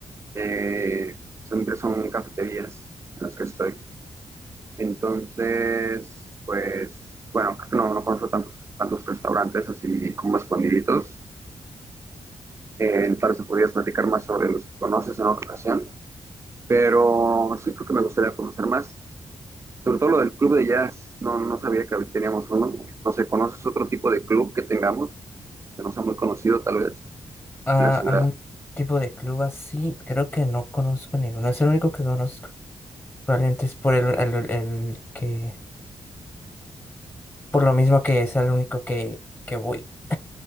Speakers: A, on the right; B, on the left.
A: eh, siempre son cafeterías en las que estoy. Entonces, pues, bueno, creo que no, no conozco tantos, tantos restaurantes así como escondiditos. Eh, tal vez podrías platicar más sobre los que conoces en otra ocasión. Pero sí creo que me gustaría conocer más. Sobre todo lo del club de jazz, no, no sabía que teníamos uno. No sé, ¿conoces otro tipo de club que tengamos? Que no sea muy conocido tal vez
B: Ah,
A: en la ciudad.
B: ¿algún tipo de club así? Creo que no conozco ninguno. Es el único que conozco. Probablemente es por el, el- el que... Por lo mismo que es el único que, que voy.